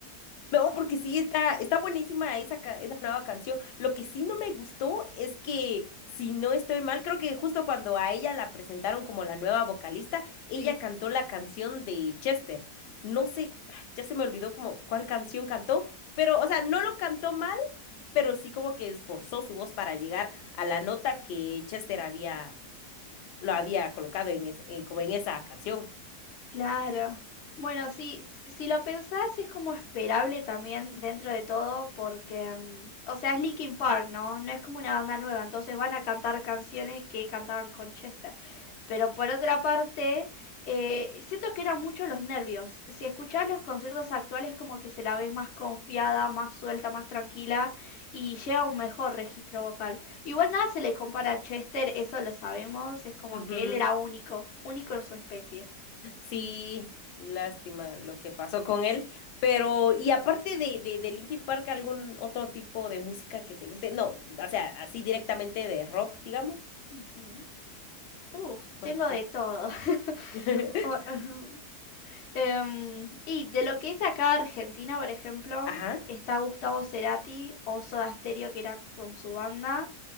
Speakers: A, on the left (about 80°); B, on the left (about 55°).
A: No, porque sí, está, está buenísima esa, ca- esa nueva canción. Lo que sí no me gustó es que, si no estoy mal, creo que justo cuando a ella la presentaron como la nueva vocalista, ella
B: sí.
A: cantó la canción de Chester. No sé, ay, ya se me olvidó como cuál canción cantó, pero, o sea, no lo cantó mal, pero sí como que esforzó su voz para llegar a la nota que Chester había, lo había colocado en, es- en- como en esa canción.
B: Claro. Bueno, sí, si, si lo pensás es como esperable también dentro de todo porque, mm, o sea, es Linkin Park, ¿no? No es como una banda nueva, entonces van a cantar canciones que cantaban con Chester. Pero por otra parte, eh, siento que eran mucho los nervios. Si escuchás los conciertos actuales como que se la ves más confiada, más suelta, más tranquila y llega a un mejor registro vocal. Igual nada se le compara a Chester, eso lo sabemos, es como
A: Ujú,
B: que
A: ujú.
B: él era único, único en su especie.
A: Sí, lástima lo que pasó con él. Pero, y aparte de, de, de Linkin Park, ¿algún otro tipo de música que te guste? No, o sea, así directamente de rock, digamos.
B: Ujú. Uf,
A: ¿Cuál
B: tengo
A: te
B: de
A: gusta?
B: todo. <laughs>
A: <laughs>
B: O- ujú. Em, y de lo que es acá Argentina, por ejemplo,
A: Ajá,
B: está Gustavo Cerati o Soda Stereo, que era con su banda.